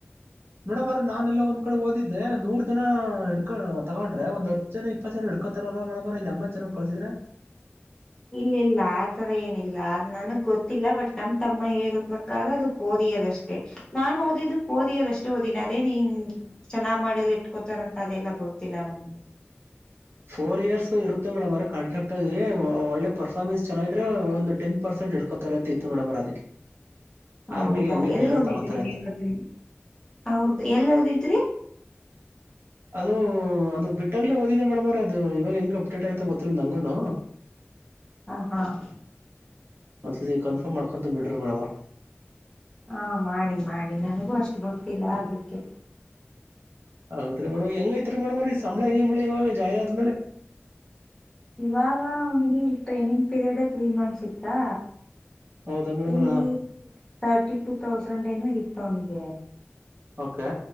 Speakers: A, on the right; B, on the left.
A: ಮೇಡಮ್ಮೋರೆ ನಾನೆಲ್ಲೊ ಒಂದ್ ಕಡೆ ಓದಿದ್ದೆ ನೂರ್ ಜನ ಹಿಡ್ಕ ತಗೊಂಡ್ರೆ ಒಂದ್ ಹತ್ ಜನ ಇಪ್ಪತ್ತು ಜನ ಹಿಡ್ಕೊತಾರರ ಮೇಡಮ್ಮೋರೆ ಇನ್ ಎಂಬತ್ ಜನ ಕಳ್ಸಿದ್ರೆ.
B: ಇಲ್ಲಿಲ್ಲ ಆತರ ಏನಿಲ್ಲ, ಅದ್ ನನ್ಗ್ ಗೊತ್ತಿಲ್ಲ ಬಟ್ ನಮ್ ತಮ್ಮ ಹೇಳೋ ಪ್ರಕಾರ ಅದು ಫೋರ್ ಇಯರ್ ಅಷ್ಟೇ. ನಾನ್ ಓದಿದ್ದು ಫೋರ್ ಇಯರ್ ಅಷ್ಟೇ ಓದಿನಿ ಅದೇನ್ ಹಿಂಗ್ ಚೆನ್ನಾಗ್ ಮಾಡಿದ್ರ ಇಟ್ಕೋತಾರಂತ ಅದೆಲ್ಲಾ ಗೊತ್ತಿಲ್ಲ ನನ್ಗೆ
A: ಫೋರ್ ಇಯರ್ಸ್ ಇರುತ್ತೆ ಮೇಡಮ್ಮೋರೆ ಕಾಂಟ್ರಾಕ್ಟಲ್ಲಿ ಒಳ್ಳೆ ಪರ್ಫಾರ್ಮೆನ್ಸ್ ಚೆನ್ನಾಗಿದ್ರೆ ಒಂದ್ ಟೆನ್ ಪರ್ಸೆಂಟ್ ಹಿಡ್ಕೋತಾರೆ ಅಂತ ಇತ್ತು ಮೇಡಮ್ಮೋರೆ ಅದಕ್ಕೆ.
B: ಹೌದಾ
A: ಆರ್ಮಿಗೆ ಹಂಗೆ
B: ಎಲ್ಲೋದಿದ್ರಿ
A: ಡೈರೆಕ್ಟ್ ತಗೊಂತಾರೆ ಅಂತ
B: ನೀವದುನ್ ಹೌದ ಎಲ್ಲೋದಿದ್ರಿ?
A: ಅದು ಅದು ಬಿಟ್ಟಾಗ್ಲೇ ಓದಿದ್ದೆ ಮೇಡಮ್ಮೋರೆ ಅದು ಇವಾಗ ಹೆಂಗ್ ಅಪ್ಡೇಟ್ ಆಯ್ತೋ ಗೊತ್ತಿಲ್ಲ ನಂಗೂನು.
B: ಹಾಂ ಹಾಂ
A: ಒಂದ್ಸತಿ ಕನ್ಫರ್ಮ್ ಮಾಡ್ಕೊಂತ ಬಿಡ್ರಿ ಮೇಡಮ್ ಅವ್ರೆ
B: ಹಾಂ ಮಾಡಿ ಮಾಡಿ ನನಗೂ ಅಷ್ಟ್ ಗೊತ್ತಿಲ್ಲ ಅದುಕ್ಕೆ
A: ಹೌದ್ರಿ ಮೇಡಮ್ಮೋರೆ ಹೆಂಗೈತ್ರಿ ಮೇಡಮ್ಮೋರೆ ಸಂಬಳ ಗಿಂಬ್ಳ ಇವಾಗ ಜಾಯಿನ್ ಆದ್ಮೇಲೆ
B: ಇವಾಗ ಅವನಿಗೆ ಇಲ್ ಟ್ರೈನಿಂಗ್ ಪೀರಿಯಡ್ ತ್ರೀ ಮಂತ್ಸ್ ಇತ್ತಾ
A: ಹೌದಾ ಮೇಡಮ್
B: ಇಲ್ಲಿ
A: ಅವ್ರ
B: ತರ್ಟಿ ಟು ತೌಸಂಡ್ ಏನೋ ಇ <unintelligible>
A: ಓಕೆ.